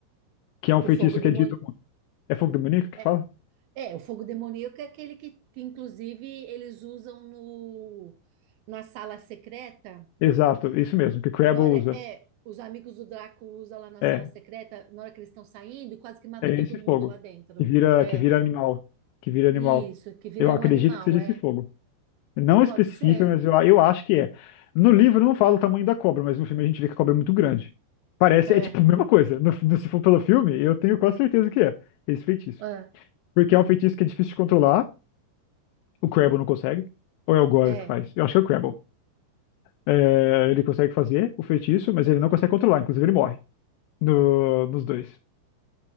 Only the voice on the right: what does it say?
O fogo
demônio.
É,
é, o fogo demoníaco é aquele que, que inclusive, eles usam no, na sala secreta
Na
hora, é, os amigos do Draco usam lá na
sala secreta, na hora que eles estão saindo, quase que mata
todo
mundo
lá dentro.
É,
isso, que vira
um animal,
é.
Pode ser.
É,
é,
é.